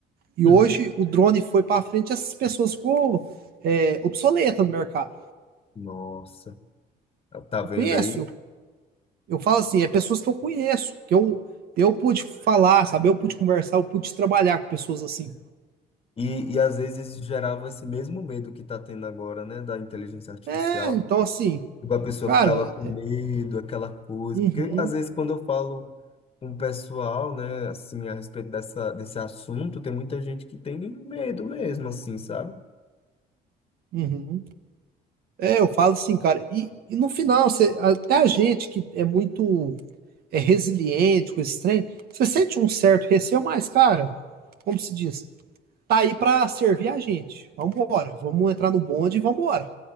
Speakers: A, on the right; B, on the left.
A: E
B: Hum.
A: hoje o drone foi para frente, essas pessoas ficou é, obsoleta no mercado.
B: Nossa, tá vendo
A: Eu conheço,
B: aí?
A: eu, eu falo assim, é pessoas que eu conheço, que eu, eu pude falar, sabe? Eu pude conversar, eu pude trabalhar com pessoas assim.
B: E, e às vezes gerava esse mesmo medo que está tendo agora, né, da inteligência artificial.
A: É, então assim,
B: Tipo, a pessoa
A: cara,
B: ficava com medo, aquela coisa.
A: uhum,
B: Porque às vezes quando eu falo com o pessoal, né, assim, a respeito dessa, desse assunto, tem muita gente que tem medo mesmo, assim, sabe?
A: uhum. É, eu falo assim, cara, e, e no final, você, até a gente que é muito é resiliente com esse trem, você sente um certo receio, mas, cara, como se diz, tá aí pra servir a gente. Vambora, vamos entrar no bonde e vambora.